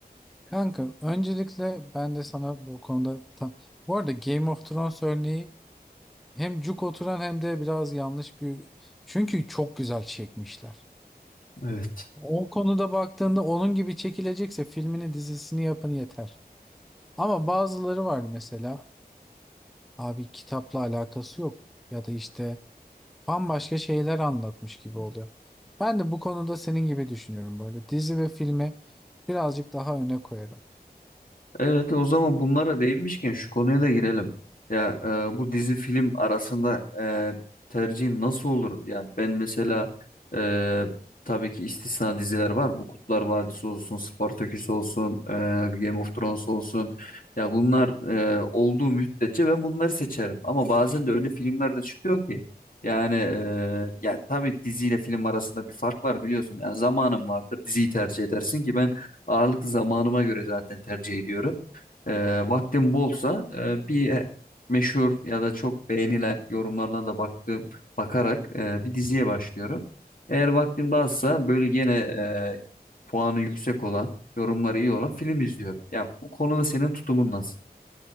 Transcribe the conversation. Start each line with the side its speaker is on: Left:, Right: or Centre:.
Centre: Kanka öncelikle ben de sana bu konuda tam... Bu arada Game of Thrones örneği hem cuk oturan hem de biraz yanlış bir... Çünkü çok güzel çekmişler.
Left: Evet.
Centre: O konuda baktığında onun gibi çekilecekse filmini dizisini yapın yeter. Ama bazıları var mesela abi kitapla alakası yok. Ya da işte bambaşka şeyler anlatmış gibi oluyor. Ben de bu konuda senin gibi düşünüyorum böyle. Dizi ve filmi birazcık daha öne koyarım.
Left: Evet o zaman bunlara değinmişken şu konuya da girelim. Ya e, bu dizi film arasında e, tercihin nasıl olur? Ya ben mesela e, tabii ki istisna diziler var. Bu Kutlar Vadisi olsun, Spartaküs olsun, e, Game of Thrones olsun. Ya bunlar e, olduğu müddetçe ben bunları seçerim. Ama bazen de öyle filmler de çıkıyor ki. Yani e, ya tabii diziyle film arasında bir fark var biliyorsun. Yani zamanın vardır. Diziyi tercih edersin ki ben Ağırlık zamanıma göre zaten tercih ediyorum. E, vaktim bolsa e, bir meşhur ya da çok beğenilen yorumlarına da baktığım bakarak e, bir diziye başlıyorum. Eğer vaktim de azsa böyle gene e, puanı yüksek olan, yorumları iyi olan film izliyorum. Ya bu konuda senin tutumun nasıl?